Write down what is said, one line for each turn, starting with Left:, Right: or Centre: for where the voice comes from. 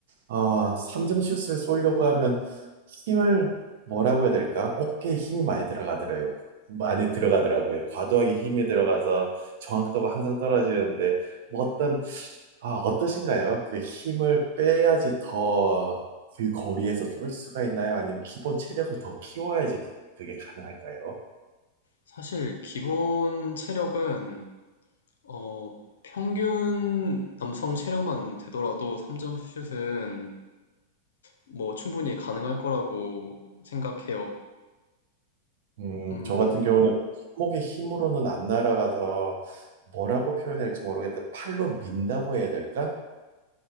Right: 아, 3점 슛을 쏘려고 하면 힘을 뭐라고 해야 될까? 어깨에 힘이 많이 들어가더라고요. 많이 들어가더라고요. 과도하게 힘이 들어가서 정확도가 항상 떨어지는데, 뭐 어떤 아, 어떠신가요? 그 힘을 빼야지 더 그 거리에서 쏠 수가 있나요? 아니면 기본 체력을 더 키워야지 그게 가능할까요?
Left: 사실 기본 체력은 어, 평균 남성 체력만 되더라도 3점 슛은 뭐 충분히 가능할 거라고 생각해요.
Right: 음,
Left: 음,
Right: 저 같은 경우는 손목의 힘으로는 안 날아가서 뭐라고 표현할지 모르겠는데 팔로 민다고 해야 될까?